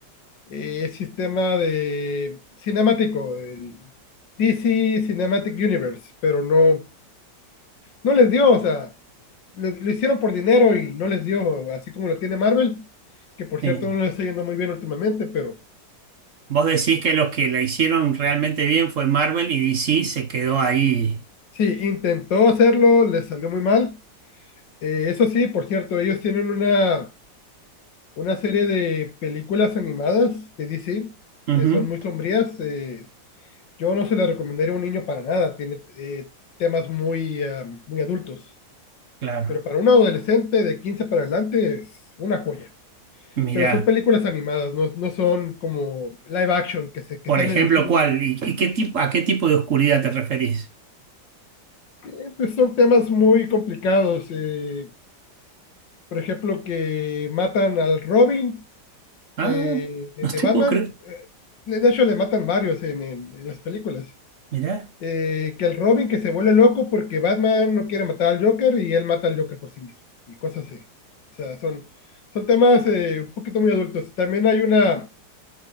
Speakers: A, on the left (about 80°); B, on the right (about 50°).
A: eh, es sistema de cinemático, el DC Cinematic Universe, pero no, no les dio, o sea, lo, lo hicieron por dinero y no les dio, así como lo tiene Marvel, que por
B: sí.
A: cierto no le está yendo muy bien últimamente, pero
B: Vos decís que los que la hicieron realmente bien fue Marvel y DC se quedó ahí.
A: sí, intentó hacerlo, le salió muy mal. Eh, eso sí, por cierto, ellos tienen una, una serie de películas animadas de DC
B: Ujú,
A: que son muy sombrías. eh, yo no se las recomendaría a un niño para nada, tiene eh, temas muy, ah, muy adultos.
B: claro.
A: Pero para un adolescente de 15 para adelante es una joya.
B: Mirá,
A: Pero son películas animadas, no, no son como live action que, se, que
B: por
A: están
B: ejemplo,
A: en el cine.
B: ¿cuál? ¿Y, y qué tipo, a qué tipo de oscuridad te referís?
A: Eh, pues son temas muy complicados. eh, por ejemplo, que matan al Robin
B: Ah,
A: de, de-
B: no te
A: de Batman.
B: puedo creer.
A: eh, de hecho, le matan varios en, en- en las películas.
B: Mirá,
A: Eh, que el Robin que se vuelve loco porque Batman no quiere matar al Joker y él mata al Joker por sí mismo. Y cosas así. O sea, son, son temas eh, un poquito muy adultos. También hay una